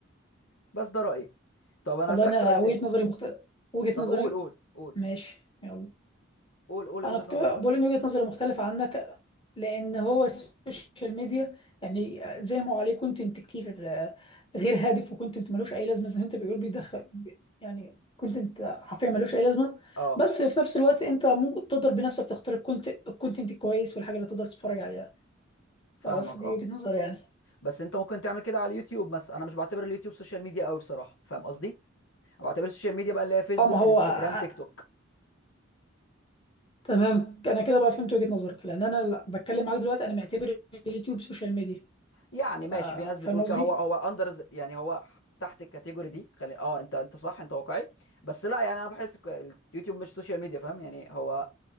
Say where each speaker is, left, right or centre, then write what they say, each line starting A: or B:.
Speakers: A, on the left (about 80°); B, on the left (about 25°).
A: بس ده رايي طب انا
B: والله
A: هسالك
B: انا
A: سؤال
B: وجهة
A: تاني
B: نظري مختلف وجهة
A: طب
B: نظري
A: قول قول قول
B: ماشي يلا
A: قول قول
B: انا
A: وجهه
B: كنت
A: نظرك
B: بقول ان وجهة نظري مختلفة عنك لان هو السوشيال ميديا يعني زي ما هو عليه كونتنت كتير آه، غير هادف وكونتنت ملوش اي لازمة زي ما انت بيقول بيدخل يعني كونتنت حرفيا ملوش اي لازمة
A: اه
B: بس في نفس الوقت انت ممكن تقدر بنفسك تختار الكونت- الكونتنت الكويس والحاجة اللي تقدر تتفرج عليها
A: فاهمك
B: لا بس دي
A: اه
B: وجهة نظر يعني
A: بس انت ممكن تعمل كده على اليوتيوب مثلا انا مش بعتبر اليوتيوب سوشيال ميديا قوي بصراحه فاهم قصدي بعتبر السوشيال ميديا بقى اللي هي فيسبوك
B: اه ما هو
A: انستجرام
B: آه، آه،
A: تيك توك
B: تمام انا كده بقى فهمت وجهة نظرك لان انا ل- بتكلم معاك دلوقتي انا معتبر اليوتيوب سوشيال ميديا
A: يعني ماشي
B: ف-
A: في ناس بتقول
B: فاهم قصدي
A: كده هو هو اندر يعني هو تحت الكاتيجوري دي خلي اه انت انت صح انت واقعي بس لا يعني انا بحس ك- اليوتيوب مش سوشيال ميديا فاهم يعني هو